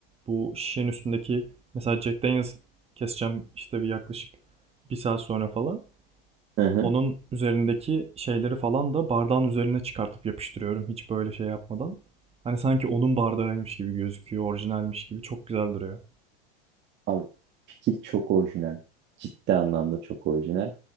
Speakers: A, on the right; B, on the right.
A: bu şişenin üstündeki mesela Jack Daniels keseceğim işte bir yaklaşık bir saat sonra falan.
B: Hı hı.
A: Onun üzerindeki şeyleri falan da bardağın üzerine çıkartıp yapıştırıyorum hiç böyle şey yapmadan. Hani sanki onun bardağıymış gibi gözüküyor, orijinalmiş gibi çok güzel duruyor.
B: Abi fikir çok orijinal. Ciddi anlamda çok orijinal.